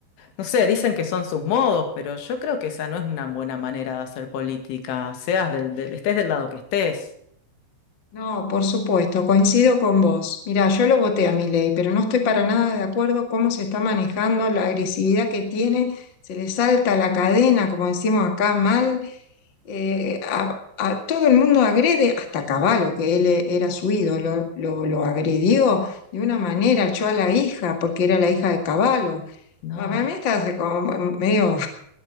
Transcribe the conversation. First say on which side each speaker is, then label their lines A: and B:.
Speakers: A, on the left; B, on the left.
A: no sé, dicen que son sus modos, pero yo creo que esa no es una buena manera de hacer política, seas del, del- estés del lado que estés.
B: No, por supuesto, coincido con vos. Mirá, yo lo voté a mi ley, pero no estoy para nada de acuerdo cómo se está manejando, la agresividad que tiene, se le salta la cadena, como decimos acá, mal. eh, a, a todo el mundo agrede, hasta Caballo, que él eh, era su ídolo, lo, lo agredió de una manera, echó a la hija, porque era la hija de Caballo.
A: No.
B: Para mí está como medio